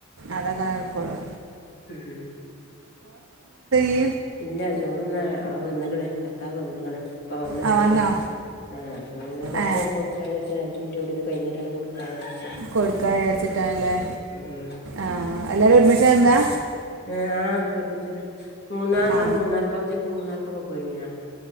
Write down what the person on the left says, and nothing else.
ഉം
ഇല്ല ചോറ്ന്നാൻ അത് വന്ന്ക്കണ് ഭർത്താവ് വന്ന്ക്കണ് ഇപ്പ വന്ന്
കേറി
ആഹ് അപ്പൊ പിന്നെ കൊറച്കഴിഞ്ഞ്
കൊടുക്കാ വിചാര്ച്ച് മിനിറ്റുടി കഴിഞ്ഞിട്ടാണ് കൊടുക്കാ വിജാര്ച്
ഉം
ഏ ആഹ് ഒരുമിച്ചാണ് മൂന്നാ നിങ്ങള്ൾ
മൂന്നാർക്കച്ചക്ക് മൂന്നാർക്കൊക്കെ പോയിനിയാ